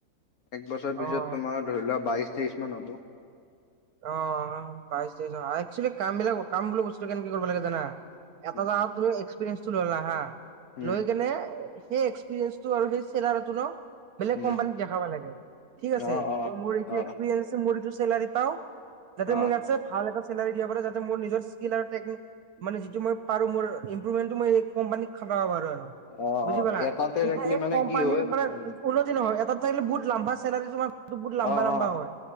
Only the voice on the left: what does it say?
এক বছৰৰ পিছত
তোমাৰ ধৰি লোৱা বাইশ, তেইশ মান‌ হব‌।
উম,
উম,
উম,
অ',
অ',
অ',
অ'।
অ
অ
এটাতে
থাকিলি
মানে
কি হয়
উম,
অ
অ